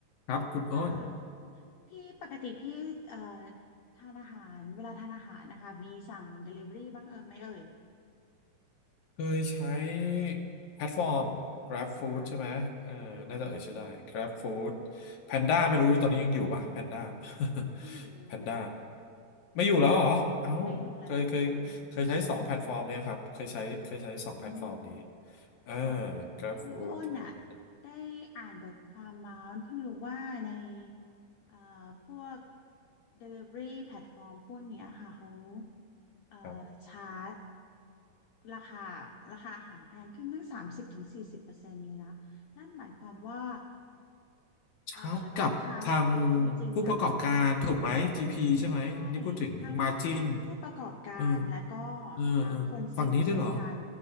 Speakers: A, on the left; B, on the left.
A: ครับคุณอ้น
B: ค่ะพี่ปกติพี่เอ่อทานอาหารเวลาทานอาหารนะคะมีสั่ง Delivery บ้างเออไหมเอ่ย
A: เคยใช้แพลตฟอร์ม Grab Food
B: ค่ะ
A: ใช่ไหมเออน่าจะเอ่ยชื่อได้
B: ค่ะ
A: Grab Food Panda ไม่รู้ตอนนี้ยังอยู่ป่ะ
B: อืม
A: Panda <laughs>
B: ไม่อยู่แล้ว
A: Panda ไม่อยู่แล้วเหรอเอ้า
B: ไม่อยู่แล้ว
A: เคยเคยเคยใช้สองแพลตฟอร์มเนี่ยครับเคยใช้เคยใช้สองแพลตฟอร์มนี้
B: อืม
A: เออ
B: ค่ะ
A: Grab
B: คืออ้นอ่ะ
A: Food Panda
B: ได้อ่านบทความมาอ้นเพิ่งรู้ว่าในเอ่อพวก Delivery แพลตฟอร์มพวกเนี้ยค่ะเขาเอ่อชาร์จ
A: ครับ
B: ราคาราคาอาหารแพงขึ้นตั้งสามสิบถึงสี่สิบเปอร์เซ็นต์เลยนะนั่นหมายความว่าเอ่อร้านค้า
A: ชาร์จกับทาง
B: จริงๆอ่ะ
A: ผู้ประกอบการถูกไหม GP ใช่ไหมนี่พูดถึงมาจิน
B: ใช่ทางทางผู้ประกอบการและก็
A: เออเออเออฝั่งนี้ด้วยเหรอ
B: ทางคนซื้อเช่นกัน